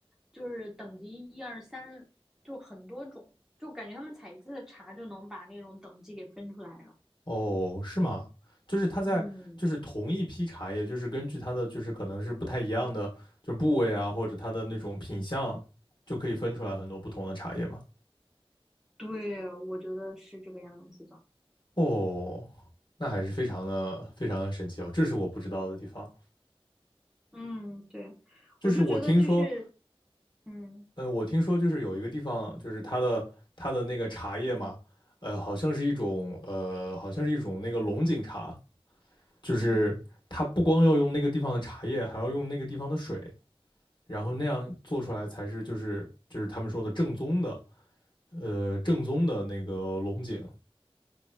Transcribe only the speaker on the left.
哦，是吗？就是它在，
就是同一批茶叶，就是根据它的，就是可能是不太一样的，就部位啊，或者它的那种品相，就可以分出来很多不同的茶叶嘛。
哦，那还是非常的非常的神奇哦，这是我不知道的地方。
就是我听说，
呃，我听说就是有一个地方，就是它的它的那个茶叶嘛，呃，好像是一种呃，好像是一种那个龙井茶，就是它不光要用那个地方的茶叶，
还要用那个地方的水。然后那样做出来才是就是就是他们说的正宗的呃正宗的那个龙井，